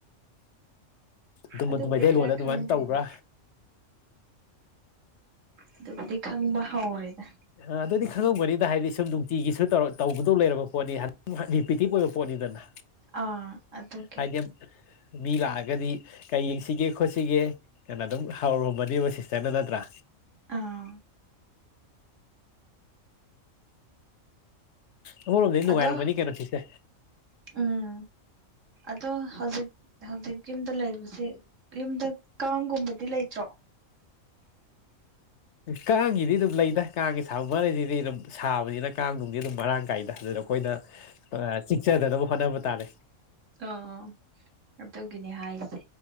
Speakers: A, on the left (about 65°); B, on the right (about 70°).
A: ꯑꯗꯨꯝ
B: ꯑꯗꯨꯕꯨꯗꯤ
A: ꯃꯩꯇꯩꯂꯣꯟꯗ
B: ꯈꯔ
A: ꯑꯗꯨꯃꯥꯏꯅ
B: ꯈꯪꯗ꯭ꯔꯦꯗ
A: ꯇꯧꯕ꯭ꯔꯥ
B: ꯑꯗꯨꯕꯨꯗꯤ ꯈꯪꯕ ꯍꯧꯔꯦꯗ
A: ꯑ ꯑꯗꯨꯗꯤ ꯈꯪꯉꯝꯒꯅꯤꯗ ꯍꯥꯏꯗꯤ ꯁꯨꯝ ꯅꯨꯡꯇꯤꯒꯤꯁꯨ ꯇꯧ ꯇꯧꯒꯗꯧ ꯂꯩꯔꯕ ꯄꯣꯠꯅꯤ ꯔꯤꯄꯤꯇꯤꯞ ꯑꯣꯏꯕ ꯄꯣꯠꯅꯤꯗꯅ
B: ꯑꯥ ꯑꯀꯦ
A: ꯍꯥꯏꯗꯤ ꯃꯤ ꯂꯥꯛꯑꯒꯗꯤ ꯀꯩ ꯌꯦꯡꯁꯤꯒꯦ ꯈꯣꯠꯁꯤꯒꯦ ꯀꯩꯅꯣ ꯑꯗꯨꯝ ꯍꯥꯎꯔꯔꯨꯝꯕꯅꯦꯕ ꯁꯤꯁꯇꯔꯅ ꯅꯠꯇ꯭ꯔꯥ
B: ꯑꯥ
A: ꯑ ꯅ ꯅꯅꯨꯡꯉꯥꯏꯔ
B: ꯑꯗꯣ
A: ꯃꯅꯤ ꯀꯩꯅꯣ ꯊꯤꯁꯦ
B: ꯎꯝ ꯑꯗꯣ ꯍꯧꯖꯤꯛ ꯍꯧꯖꯤꯛ ꯌꯨꯝꯗ ꯂꯩꯕꯁꯦ ꯌꯨꯝꯗ ꯀꯥꯡꯒꯨꯝꯕꯗꯤ ꯂꯩꯇ꯭ꯔꯣ
A: ꯀꯥꯡꯁꯤꯗꯤ ꯑꯗꯨꯝ ꯂꯩꯗ ꯀꯥꯡꯒꯤ ꯁꯥꯕ ꯃꯔꯩꯁꯤꯗꯤ ꯑꯗꯨꯝ ꯁꯥꯕꯅꯤꯅ ꯀꯥꯡꯗꯨꯅꯨꯡꯗꯤ ꯑꯗꯨꯝ ꯃꯔꯥꯡ ꯀꯥꯏꯗꯅ ꯑꯗꯨ ꯑꯩꯈꯣꯏꯅ ꯆꯤꯛꯆꯗꯅꯕ ꯍꯣꯠꯅꯕ ꯇꯥꯔꯦ
B: ꯑꯣ ꯑꯗꯨ ꯇꯒꯤꯅꯦ ꯍꯥꯏꯁꯦ